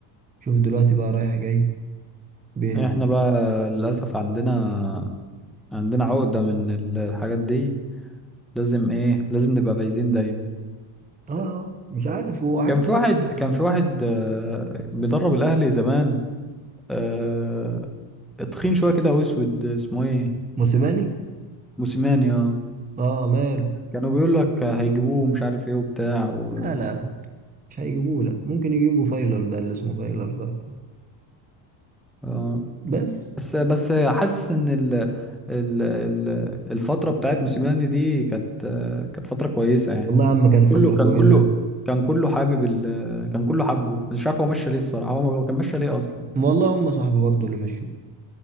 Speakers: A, on the right; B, in the centre.
A: شوف دلوقتي بقى رايح جاي بيهزم
B: احنا بقى للاسف عندنا عندنا عقدة من ال- الحاجات دي لازم ايه لازم نبقى فايزين دايما
A: اه آه، مش عارف هو حتى
B: كان في
A: هو
B: واحد كان في واحد آه، بيدرب الاهلي زمان آه، تخين شوية كده واسود اسمه ايه
A: موسيماني
B: موسيماني اه
A: اه ماله
B: كانوا بيقول لك هيجيبوه مش عارف ايه وبتاع و...
A: لا لا مش هيجيبوه لا ممكن يجيبوا فايلر ده اللي اسمه فايلر ده
B: آه.
A: بس
B: بس بس حاسس ان ال ال ال الفتره بتاعت موسيماني دي كانت كانت فتره كويسه يعني
A: والله يا عم كانت فترة
B: كله كان
A: كويسة
B: كله كان كله حابب ال كان كله حبه بس مش عارف هو مشى ليه الصراحه هو ما كان مشى ليه اصلا
A: والله هم صاحبي برضه اللي مشوه